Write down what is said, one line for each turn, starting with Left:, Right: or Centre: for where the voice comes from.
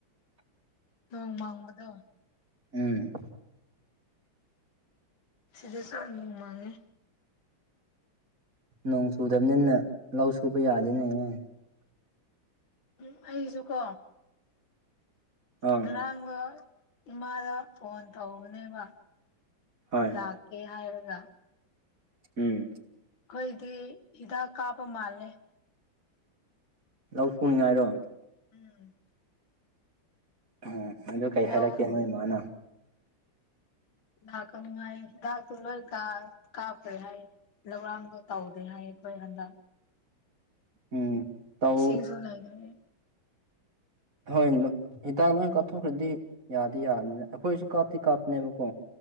Left: ꯅꫭꯡ ꯃꯪꯕꯗꯣ
Right: ꯎꯝ
Left: ꯁꯤꯗ ꯁꯨ ꯃꯪꯉꯦ
Right: ꯅꯣꯡ ꯆꯨꯗꯕꯅꯤꯅ ꯂꯧ ꯁꯨꯕ ꯌꯥꯗꯦꯅꯦꯍ
Left: ꯎꯝ ꯑꯩꯁꯨꯀꯣ
Right: ꯑꯪ
Left: ꯉꯔꯥꯡꯗ ꯏꯃꯥꯗ ꯐꯣꯟ ꯇꯧꯔꯅꯦꯕ
Right: ꯍꯣꯏ
Left: ꯂꯥꯛꯀꯦ ꯍꯥꯏꯔꯒ
Right: ꯎꯝ
Left: ꯑꯩꯈꯣꯏꯗꯤ ꯍꯤꯗꯥꯛ ꯀꯥꯞꯕ ꯃꯥꯜꯂꯦ
Right: ꯂꯧ ꯁꯨꯅꯤꯡꯉꯥꯏꯔꯣ
Left: ꯎꯝ
Right: ꯎꯝ ꯑꯗꯨ ꯀꯩ
Left: ꯂꯧ
Right: ꯍꯥꯏꯔꯛꯀꯦ ꯅꯣꯏ ꯏꯃꯥꯅ
Left: ꯂꯥꯛ ꯀꯅꯨꯡꯉ ꯂꯣꯏ ꯀꯥ ꯀꯥꯄ ꯍꯥꯏ ꯂ ꯇꯧꯗꯦ ꯍꯥꯏꯌꯦ ꯑꯩꯈꯣꯏ ꯍꯟꯗꯛ
Right: ꯎꯝ ꯇꯧ
Left: ꯁꯤꯅꯁꯨ ꯂꯩꯈꯦ
Right: ꯍꯣꯏ ꯍꯤꯗꯥꯛ ꯂꯣꯏ ꯀꯥꯞꯊꯣꯛꯈ꯭ꯔꯗꯤ ꯌꯥꯗꯤ ꯌꯥꯕꯅꯤꯅ ꯑꯩꯈꯣꯏꯁꯨ ꯀꯥꯞꯇꯤ ꯀꯥꯞꯄꯅꯦꯕꯀꯣ